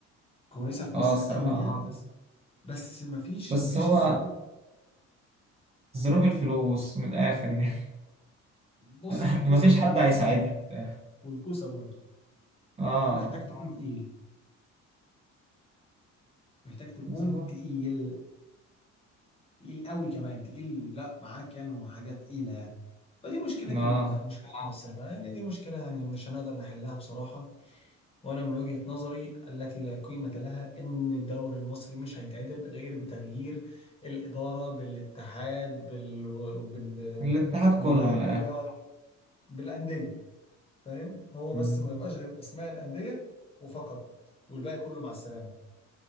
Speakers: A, on the left; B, on the right.
A: كويسة في
B: آه
A: مصر
B: الصراحة
A: قوي يعني اه بس بس مفيش
B: بس
A: مفيش
B: هو
A: الظروف
B: ظروف الفلوس من الآخر يعني
A: بص
B: <laughs>
A: الكوسة
B: مفيش
A: برضه
B: حد هيساعدها في الآخر
A: والكوسة برضه
B: اه
A: محتاج تكون اه تقيل محتاج تكون
B: بالظبط
A: تقيل تقيل قوي كمان تقيل لا معاك يعني وحاجة تقيلة يعني فدي مشكلة
B: اه
A: ال- مشكلة آه. مصر بقى يعني دي مشكلة يعني مش هنقدر نحلها بصراحة وانا من وجهة نظري التي لا قيمة لها ان الدوري المصري مش هيتعدل غير بتغيير الإدارة بالاتحاد بال... بال...
B: الاتحاد
A: باللعيبة
B: كله من الآخر
A: بالأندية فاهم هو
B: مم.
A: بس ما يبقاش غير أسماء الأندية وفقط والباقي كله مع السلامة